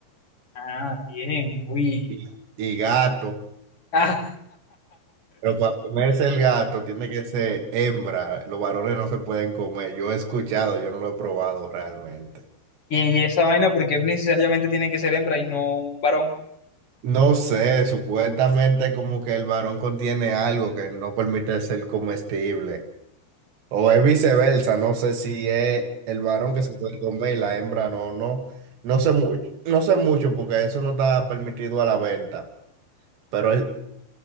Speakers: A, on the left; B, on the right.
A: Ah, bien, uy.
B: y y gato.
A: Ah,
B: Pero para comerse el gato tiene que ser hembra. Los varones no se pueden comer. Yo he escuchado, yo no lo he probado realmente.
A: y, y esa vaina, porque necesariamente tiene que ser hembra y no un varón?
B: No sé, supuestamente como que el varón contiene algo que no permite ser comestible. O es viceversa, no sé si es el varón que se puede comer y la hembra no, no. No sé mucho, no sé mucho porque eso no está permitido a la venta. Pero es-